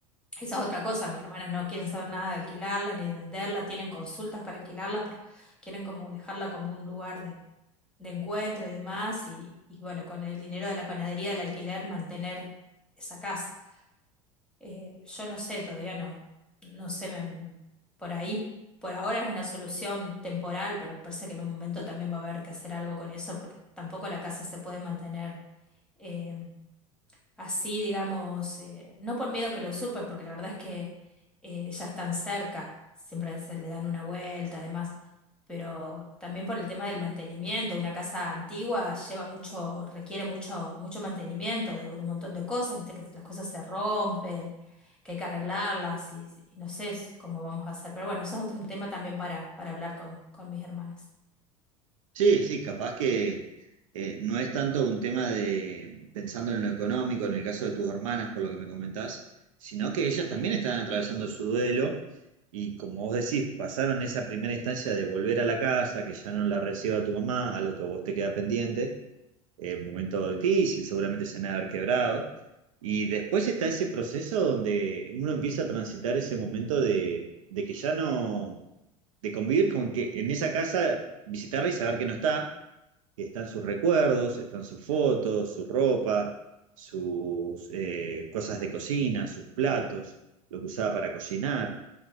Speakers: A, in the centre; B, on the right.
A: esa es otra cosa, mis hermanas no quieren saber nada de alquilarla ni de venderla, tienen consultas para alquilarla, pero quieren como dejarla como un lugar de, de encuentro y demás, y, y bueno, con el dinero de la panadería del alquiler mantener esa casa. Eh, yo no sé, todavía no, no sé, me- me- por ahí, por ahora es una solución temporal, pero me parece que en un momento también va a haber que hacer algo con eso, porque tampoco la casa se puede mantener. eh, así, digamos, eh, no por miedo que lo usurpen, porque la verdad es que eh, ya están cerca, siempre se le dan una vuelta, además, pero también por el tema del mantenimiento. Una casa antigua lleva mucho, requiere mucho, mucho mantenimiento de, de un montón de cosas, viste que las cosas se rompen, que hay que arreglarlas y, y no sé cómo vamos a hacer. Pero bueno, eso es otro tema también para, para hablar con, con mis hermanas.
B: Sí, sí, capaz que eh, no es tanto un tema de pensando en lo económico, en el caso de tus hermanas, por lo que me comentás, sino que ellas también están atravesando su duelo y como vos decís, pasaron esa primera instancia de volver a la casa, que ya no la reciba tu mamá, a lo que vos te queda pendiente eh, momento difícil, seguramente se han de haber quebrado. Y después está ese proceso donde uno empieza a transitar ese momento de, de que ya no, de convivir con que en esa casa visitarla y saber que no está, que están sus recuerdos, están sus fotos, su ropa, sus eh, cosas de cocina, sus platos, lo que usaba para cocinar.